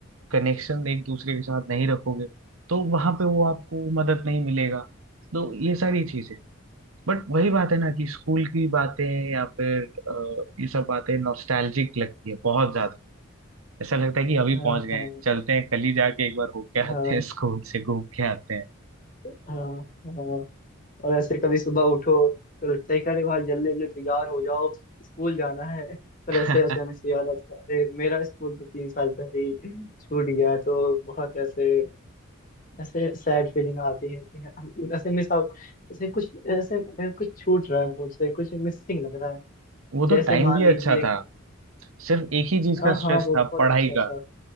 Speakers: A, on the right; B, on the left.
A: कनेक्शन एक दूसरे के साथ नहीं रखोगे तो वहां पे वो आपको मदद नहीं मिलेगा तो ये सारी चीजें बट वही बात है ना कि स्कूल की बातें या फिर अ, ये सब बातें नॉस्टैल्जिक लगती है बहुत ज्यादा ऐसा लगता है कि अभी
B: हाँ
A: पहुंच गए
B: हाँ
A: हैं। चलते हैं कल ही जाके एक बार होके
B: हाँ
A: आते हैं स्कूल से घूम के आते
B: हाँ हाँ और ऐसे कभी सुबह उठो तो लगता है कि अरे भाई जल्दी जल्दी तैयार हो जाओ स्कूल जाना है पर
A: हैं
B: ऐसे अचानक से याद आता है अरे मेरा स्कूल तो तीन साल पहले ही छूट गया तो बहुत ऐसे ऐसे सैड फीलिंग आती है कि हम- ऐसे मिस आउट ऐसे कुछ ऐसे कुछ छूट रहा है मुझसे कुछ मिसिंग लग रहा है
A: <laughs> वो तो
B: जैसे
A: टाइम
B: मान
A: भी
B: लीजिए
A: अच्छा
B: कि
A: था सिर्फ एक ही चीज
B: हाँ
A: का स्ट्रेस
B: हाँ वो बहुत
A: था पढ़ाई
B: अच्छा था
A: का